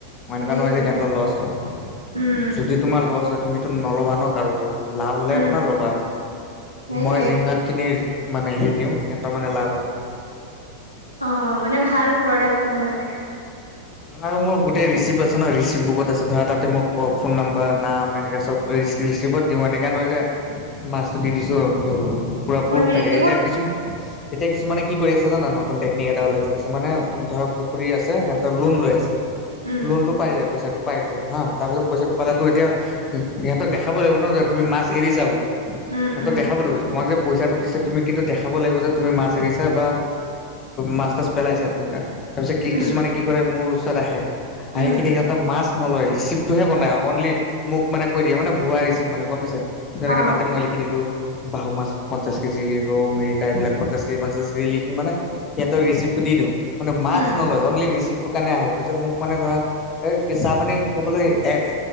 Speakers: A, on the left; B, on the left.
A: মানে এনেকোৱা
B: সেইটোৱে
A: নহয় যে সিহঁতৰ লষ্ট হয়।
B: উম
A: তোমাৰ লষ্ট হয় তুমিটো নল'বা ন কাৰো পৰা, লাভ হ'লে
B: উম
A: হে ল'বা।
B: সেইটোৱে
A: মই ইমানখিনি মানে হেৰি দিওঁ সিঁহতৰ মানে লাভ হয়।
B: অ' মানে ভাল প্ৰডাক্টটো মানে তেনেকােৱা।
A: আৰু মোৰ গোটেই ৰিচিপ্ট আছে ন ৰিচিপ্ট বুকত আছে, ধৰা তাতে মোক ফোন নাম্বাৰ নাম এনেকা চব ৰিচিপত দিওঁ এনেকুৱা নহয় যে মাছটো দি দিছো হৈ গ'ল। পুৰা প্ৰুফ
B: মানে
A: থাকে,
B: ৰিচিভত
A: এতিয়া কিছুমানে এতিয়া কিছুমানে কি কৰি আছে জানা, নতুন টেকনিক এটা ওলাইছে কিছুমানে ধৰা পুখুৰী আছে সিহ'তৰ লোন লৈ আছে।
B: উম
A: লোনটো পাই যায় পইচাটো পাই গ'ল হা তাৰিছত পইচাটো পালাতো এতিয়া সিহঁতক দেখাব লাগিব ন যে তুমি মাছ এৰিছা বুলি,
B: উম
A: সিহঁতক
B: উম
A: দেখাব লাগিব তোমাক যে পইচাটো দিছে তুমি কিন্তু দেখাব লাগিব, যে তুমি মাছ এৰিছা বা মাছ তাছ পেলাইছা তুমি তাত। তাৰপিছত কি
B: উম
A: কিছুমানে কি কৰে মোৰ ওচৰত আহে, আহি
B: উম
A: কিনে মাছ নলয় ৰিচিপ তটোহে বনাই অনলি মোক মানে কৈ দিয়া মানে ভুৱা ৰিচিপ মানে গ'ম পাইছা যেনেকে
B: অ
A: তাতে মই লি লিখি দিলোঁ বাহু মাছ পঞ্চাছ কেজি ৰৌ মিৰিকা এইবিলাক পঞ্চাছ কেজি পঞ্চাছ কেজি লিখি মানে সিহঁতক ৰিচিপটো দিওঁ মানে মাছ
B: উম
A: নলয়, অনলি ৰিচিপ্টো কাৰণে আহে। পিছত মোক মানে ধৰা এই চাহ পানী খাবলৈ এক